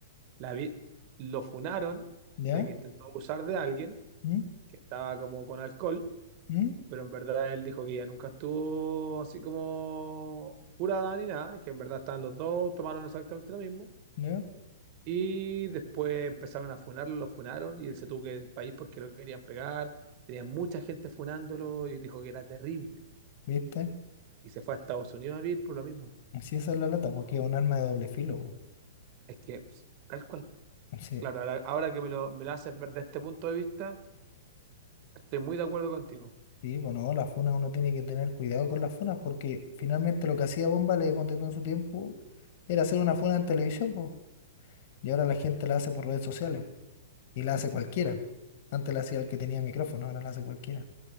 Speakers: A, on the right; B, on the left.
A: la vi- lo funaron
B: ¿Ya?
A: de que intentó abusar de alguien
B: ¿Mm?
A: que estaba como con alcohol
B: ¿Mm?
A: pero en verdad él dijo que ella nunca estuvo así como jurada ni nada, que en verdad estaban los dos, tomaron exactamente lo mismo.
B: ¿Ya?
A: Y después empezaron a funarlo, lo funaron y él se tuvo que ir del país porque lo querían pegar. Tenía mucha gente funándolo y dijo que era terrible.
B: ¿Viste?
A: Y se fue a Estados Unidos a vivir por lo mismo.
B: Así esa es la lata, porque es un arma de doble filo.
A: Es que, pues, tal cual. po.
B: po. Sí,
A: Claro, ahora, ahora que me lo, me lo haces ver desde este punto de vista, estoy muy de acuerdo contigo.
B: sí, pues no, las funas uno tiene que tener cuidado con las funas, porque finalmente lo que hacía Bomba le ponte tú en su tiempo, era hacer una funa en televisión, Y ahora la gente la hace por redes sociales y la hace cualquiera.
A: Claro.
B: Antes la hacía el que tenía micrófono, ahora la hace cualquiera.